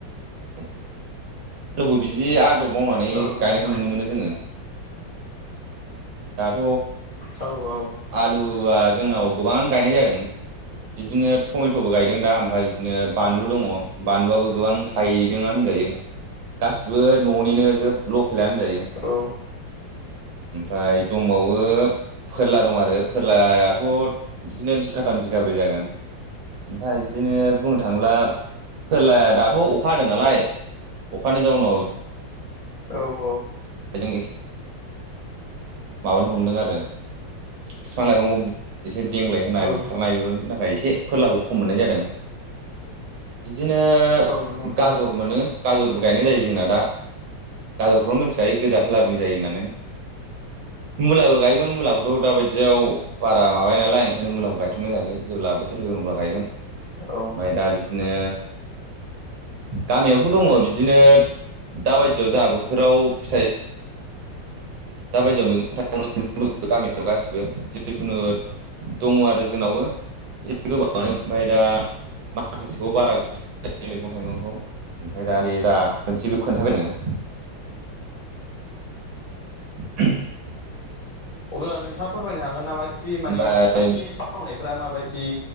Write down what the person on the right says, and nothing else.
द <inaudible> लोगो बिदि आदब मावनानै
गायनायखौ
नुनो मोनो जोङो। दाथ'
आलुआ जोंनाव गोबां गायनाय जादों। बिदिनो टमेट'बो गायदों दा ओमफ्राय बिदिनो बानलु दङ बानलुआबो गोबां थायदों आरो यो गासिबो न'निनो जोब लकेलानो गायो।
ओमफ्राय दंबावो फोरला दं आरो फोरलायाथ' बिदिनो बिगाथाम बिगाब्रै जागोन। ओमफ्राय बिदिनो बुंनो थाङोब्ला फोरला दाथ' अखा हादों नालाय अखानि जाउनाव
बेजों एसे माबानो हमदों आरो बिफां- लाइफांखौ एसे देंग्लाय होनाय
बुखारनाय बेफोरनि थाखाय एसे फोरलाखौ खम मोननाय जादों। बिदिनो
गाजर मोनो। गाजरबो गायनाय जायो जोंना दा गाजरखौनो मिथिखायो गोजा खालारनि जायो होननानै मुलाबो गायोमोन मुलाखौथ' दाबायदि याव बारा माबाया‌ नालाय ओंखायनो मुलाखौ गायथ'नाय जायाखै जेब्ला बोथोर फैगोन अब्ला गायगोन।
माइ दा बिदिनो गामियावथ' दङ बिदिनो दा बायदियाव जा बोथोराव फिथाइ दा बायदियाव मैगं - थाइगं गामियाव गासिबो जिखुनु दङ आरो जोंनावबो एसे गोबाङानो ओमफ्राय दा माखासेखौ बारा गोसो मैगं - थाइगंखौ ओमफ्राय दा बे जा <unintelligible> मोनसेबो खोन्थाबायो <unintelligible> <inaudible>
ओमफ्राय